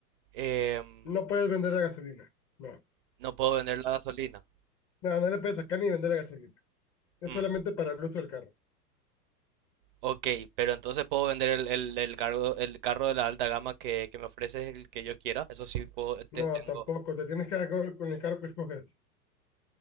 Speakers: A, on the right; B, on the left.
A: em,
B: No puedes vender la gasolina, no.
A: no puedo vender la gasolina.
B: No, no le puedes sacar ni vender la gasolina. Es
A: Mm,
B: solamente para el uso del carro.
A: ok, pero entonces puedo vender el, el, el cargo- el carro de la alta gama que, que me ofreces el que yo quiera. Eso sí puedo, te-
B: No,
A: tengo...
B: tampoco. Te tienes que quedar con con el carro que escoges.